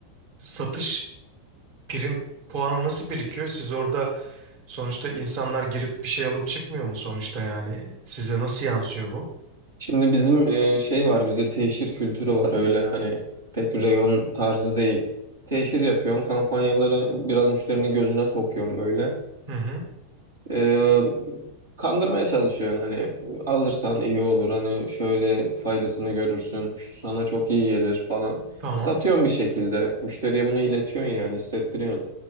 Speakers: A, on the right (about 50°); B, on the right (about 65°).
A: satış prim puanı nasıl birikiyor? Siz orada sonuçta insanlar girip bir şey alıp çıkmıyor mu sonuçta yani? Size nasıl yansıyor bu?
B: Şimdi bizim e, şey var bizde teşhir kültürü var öyle hani pek reyon tarzı değil. Teşhir yapıyorsun, kampanyaları biraz müşterinin gözüne sokuyorsun böyle.
A: Hı hı.
B: Ee, kandırmaya çalışıyorsun hani alırsan iyi olur hani şöyle faydasını görürsün şu sana çok iyi gelir falan.
A: Tamam.
B: E, Satıyorsun bir şekilde müşteriye bunu iletiyorsun yani hissettiriyorsun.